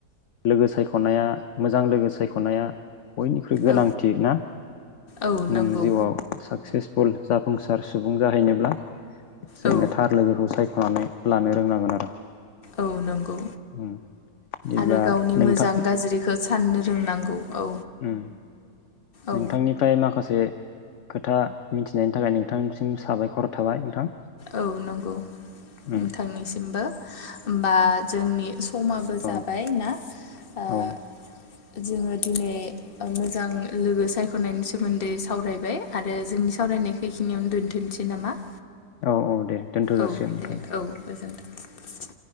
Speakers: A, on the left (about 60°); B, on the left (about 40°).
A: लोगो सायख'नाया मोजां लोगो सायख'नाया बयनिख्रुइ गोनांथि
B: औ
A: ना
B: औ
A: नों
B: नंगौ
A: जिउआव साक्सेस फुल जाफुंसार सुबुं जाहैनोब्ला जों
B: औ
A: थार लोगोखौ सायख'नानै लानो रोंनांगोन आरो।
B: औ नंगौ
A: उम बिदिब्ला
B: आरो गावनि
A: नोंथां
B: मोजां गाज्रिखौ सान्नो रोंनांगौ औ
A: ओम
B: औ
A: नोंथांनिफ्राय माखासे खोथा मिथिनायनि थाखाय नोंथांनिसिम साबायखर थाबाय नोंथां।
B: औ नंगौ
A: उम
B: नोंथांनिसिमबो होमबा जोंनि समाबो
A: औ
B: जाबाय ना ओ
A: औ
B: जोङो दिनै मोजां लोगो सायख'नायनि सोमोन्दै सावरायबाय आरो जोंनि सावराय रायनाय खैखिनियावनो दोन्थ'नोसै नामा?
A: औ औ दे। दोनथ' जासिगोन
B: औ
A: नोंथां।
B: दे औ गोजोनथोंसै।